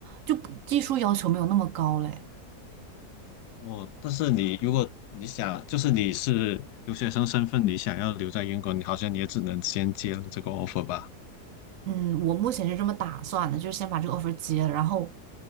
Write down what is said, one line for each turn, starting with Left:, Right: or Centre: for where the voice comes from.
Right: 就不技术要求没有那么高嘞。
Left: 哦，但是你如果你想，就是你是留学生身份，你想要留在英国，你好像你也只能先接了这个 offer 吧。
Right: 嗯，我目前是这么打算的，就是先把这个 offer 接了，然后